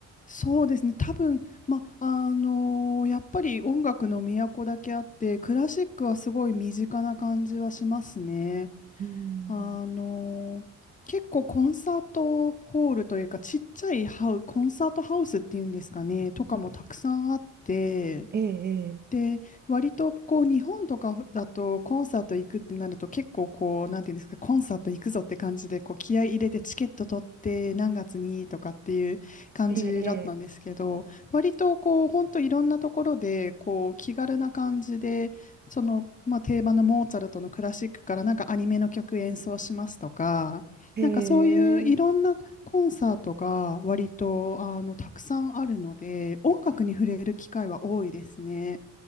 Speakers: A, on the left; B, on the right.
A: そうですね。多分、ま、あのやっぱり音楽の都だけあって、クラシックはすごい身近な感じはしますね。
B: うん。
A: あの結構コンサートホールというか、ちっちゃいハウ、コンサートハウスっていうんですかね、とかもたくさんあって、
B: ええ、
A: で、割とこう日本とかだとコンサート行くってなると結構こう、なんていうんですか、コンサート行くぞって感じでこう気合い入れてチケット取って何月にとかっていう感じだったんですけど、
B: ええ、
A: 割とこう、本当いろんなところでこう気軽な感じで、その、まあ、定番のモーツァルトのクラシックからなんかアニメの曲演奏しますとか、
B: ええ、
A: なんかそういういろんなコンサートが割とあのたくさんあるので、
B: ええ。
A: 音楽に触れる機会は多いですね。